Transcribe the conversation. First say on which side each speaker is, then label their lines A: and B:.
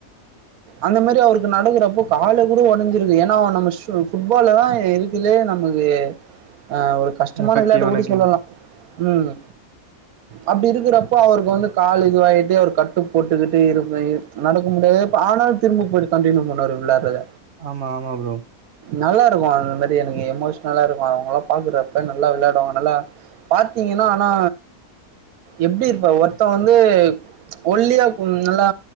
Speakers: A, on the right; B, on the right.
A: அந்த மாதிரி அவுருக்கு நடக்குறப்போ காலை கூட உடைஞ்சிருக்கு ஏன்னா அவ நம்ம ஃபுட்பாலதான் இருக்குலே நமக்கு அ ஒரு கஷ்டமான
B: எஃபெக்டிவான
A: விளாட்டு கூட
B: கேம்
A: சொல்லலாம் ம் அப்படி இருக்கிறப்போ அவுருக்கு வந்து கால் இதுவாகிட்டு அவர் க ட்டு போட்டுக்கிட்டு இரு நடக்க முடியாது ஆனால் திரும்ப போயிட்டு கண்டியூ பண்ணுவார் விளையாடுறத
B: ஆமா ஆமா ப்ரோ
A: நல்லா இருக்கும் அந்த மாதிரி எனக்கு எமோஷன்லா இருக்கும் அவுங்க எல்லாம் பாக்குறப்ப நல்லா விளையாடுவாங்க நல்லா பாத்தீங்கன்னா ஆனா எப்படி இருப்பாரு ஒருத்தன் வந்து ஒல்லியா நல்லா